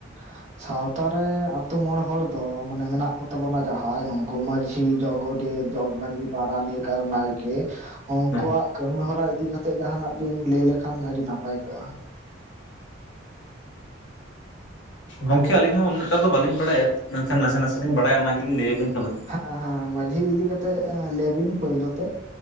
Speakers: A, on the right; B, on the left.
A: <inaudible> ᱥᱟᱶᱛᱟ ᱨᱮ ᱟᱛᱳ ᱢᱚᱬᱮ ᱦᱚᱲ ᱫᱚ ᱢᱟᱱᱮ ᱢᱮᱱᱟᱜ ᱠᱚ ᱛᱟᱵᱚᱱᱟ ᱡᱟᱦᱟᱸᱭ ᱱᱩᱝᱠᱩ ᱢᱟᱹᱡᱷᱤ ᱡᱚ ᱜᱚᱰᱮᱛ ᱡᱚᱜᱽ ᱢᱟᱸᱡᱷᱤ, ᱯᱟᱨᱟᱱᱤᱠ ᱟᱨ ᱱᱟᱭᱠᱮ᱾ ᱩᱱᱠᱩᱣᱟᱜ
B: ᱦᱮᱸ
A: ᱠᱟᱹᱢᱤ ᱦᱚᱨᱟ ᱤᱫᱤ ᱠᱟᱛᱮ ᱡᱟᱦᱟᱸᱱᱟᱜ ᱵᱤᱱ ᱞᱟᱹᱭ ᱞᱮᱠᱷᱟᱱ ᱟᱹᱰᱤ ᱱᱟᱯᱟᱭ ᱠᱚᱜ-ᱟ᱾
B: ᱜᱚᱢᱠᱮ ᱟᱞᱤᱧ ᱦᱚᱸ ᱩᱱᱟᱹᱜᱴᱟ ᱫᱚ ᱵᱟᱹᱞᱤᱧ ᱵᱟᱲᱟᱭᱟ᱾ ᱢᱮᱱᱠᱷᱟᱱ ᱱᱟᱥᱮ ᱱᱟᱥᱮ ᱞᱤᱧ ᱵᱟᱲᱟᱭᱟ ᱚᱱᱟ ᱜᱮᱞᱤᱧ ᱞᱟᱹᱭ ᱟᱵᱤᱱ ᱠᱟᱱᱟ᱾
A: ᱟ ᱦᱮᱸ ᱢᱟᱹᱡᱷᱤ ᱤᱫᱤ ᱠᱟᱛᱮᱜ ᱞᱮᱟᱹᱭ ᱵᱤᱱ ᱯᱳᱭᱞᱳ ᱛᱮ᱾